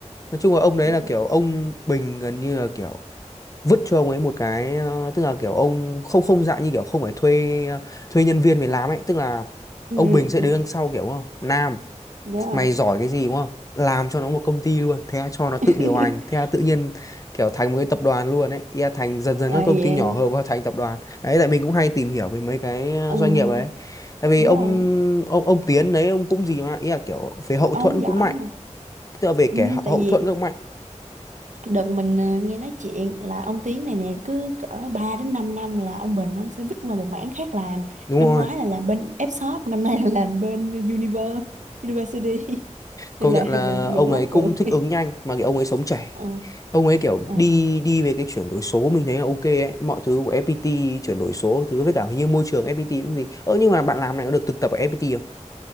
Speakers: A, on the left; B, on the right.
A: nói chung là ông đấy
B: ừ,
A: là kiểu ông Bình gần như là kiểu vứt cho ông ấy một cái ờ, tức là kiểu ông không không dạng như kiểu không phải thuê ờ, thuê nhân viên về làm ấy tức là
B: ừ,
A: ông Bình sẽ
B: ừ,
A: đứng đằng sau kiểu không Nam
B: đúng rồi
A: mày giỏi cái gì đúng không làm cho nó một công ty luôn thế là cho nó tự
B: <laughs>
A: điều hành thế là tự nhiên kiểu thành một cái tập đoàn luôn ấy Ý là thành dần dần
B: à,
A: các công
B: yeah.
A: ty nhỏ hợp vào thành tập đoàn đấy tại mình cũng hay tìm hiểu về mấy cái ờ,
B: ừ,
A: doanh nghiệp ấy tại vì
B: đúng
A: ông
B: rồi
A: ông ông Tiến đấy ông cũng gì mà ý là kiểu về hậu
B: Ờ,
A: thuẫn
B: ông giỏi
A: cũng mạnh
B: mà
A: tức là về
B: Ừ,
A: kẻ
B: tại
A: hậu
B: vì
A: thuẫn cũng mạnh
B: đợt mình ờ, nghe nói chuyện là ông Tiến này nè cứ cỡ 3 đến 5 năm là ông Bình ông sẽ vứt qua một mảng khác làm
A: đúng
B: năm
A: rồi
B: ngoái là làm bên F-shop năm nay là làm bên Univer University <laughs>
A: công
B: nên là
A: nhận là
B: mình mình
A: ông
B: mới mắc
A: ấy cũng
B: cười
A: thích
B: <laughs>
A: ứng nhanh mà cái ông ấy sống trẻ
B: Ờ,
A: ông ấy kiểu
B: ờ.
A: đi đi về cái chuyển đổi số mình thấy là ok ấy mọi thứ của FPT chuyển đổi số thứ với cả hình như môi trường FPT cũng gì ơ nhưng mà bạn làm này có được thực tập ở FPT không